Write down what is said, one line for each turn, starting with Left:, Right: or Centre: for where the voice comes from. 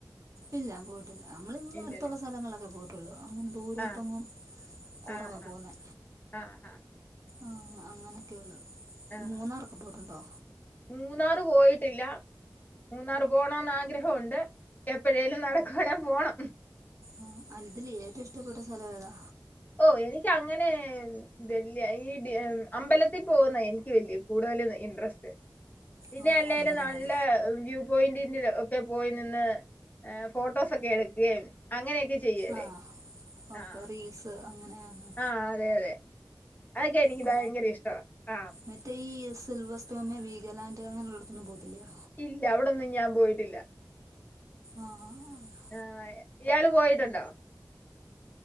Right: ഇല്ല പോയിട്ടില്ല നമ്മള് ഇങ്ങ
Left: ഇല്ലല്ലേ
Right: അടുത്തുള്ള സ്ഥലങ്ങളൊക്കെ പോയിട്ട് ട്ടൊള്ളൂ അങ്ങ് ദൂരോട്ടൊന്നും
Left: ആഹ്
Right: കൊറവ
Left: ആഹ്
Right: പോകുന്നേ
Left: ആഹ്
Right: ആഹ് അങ്ങനെയൊക്കെയൊള്ളൂ
Left: ആഹ്
Right: മൂന്നാറൊക്കെ പോയിട്ടുണ്ടോ?
Left: മൂന്നാറ് പോയിട്ടില്ല മൂന്നാറ് പോണോന്ന് ആഗ്രഹണ്ട് എപ്പഴേലും നടക്കുവാണെ പോണം
Right: ആഹ് അനിതിൽ ഏറ്റവും ഇഷ്ടപ്പെട്ട സ്ഥലം ഏതാ
Left: ഓഹ് എനിക്ക് അങ്ങനെ വല്യ ഈ അമ്പലത്തിൽ പോകുന്ന എനിക്ക് വല്യ കൂടുതലും ഇന്ട്രസ്റ്റ് പിന്നെ
Right: ഓ
Left: അല്ലേലും
Right: അമ്പലങ്ങൾ
Left: നല്ല വ്യൂ പോയിന്റി ഒക്കെ പോയി നിന്ന് ഫോട്ടോസൊക്കെ എടുക്കുകയും അങ്ങനെയൊക്കെ ചെയ്യല്ലേ
Right: ആഹ് ഓക്കെ
Left: ആഹ്
Right: റീൽസ് അങ്ങനെയാന്ന്
Left: ആഹ് അതെ അതെ അതൊക്കെ എനിക്ക്
Right: ഓ
Left: ഭയങ്കര ഇഷ്ടമാണ് ആഹ്
Right: മറ്റേ സിൽവർ സ്റ്റോമ വീഗലാൻഡ് അങ്ങനെുള്ളള്ളടത്തൊന്നും പോയിട്ടില്ലയോ
Left: ഇല്ല അവിടൊന്നും ഞാൻ പോയിട്ടില്ല
Right: ആഹ് ആഹ്
Left: ആഹ് ഇയാള് പോയിട്ടുണ്ടോ